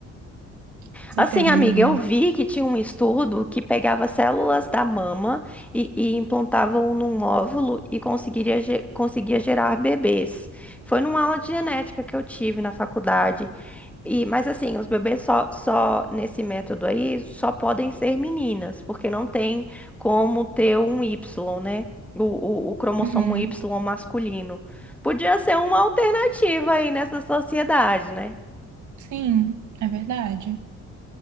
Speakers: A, on the right; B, in the centre.
A: Com certeza,
B: Assim, amiga,
A: amiga.
B: eu vi que tinha um estudo que pegava células da mama e, e implantavam num óvulo e conseguiria, ge- conseguia gerar bebês. Foi numa aula de genética que eu tive na faculdade. E, mas assim, os bebês só, só nesse método aí só podem ser meninas, porque não tem como ter um Y, né? O, o, o cromossomo
A: Uhum.
B: Y masculino. Podia ser uma alternativa aí nessa sociedade, né?
A: Sim, é verdade.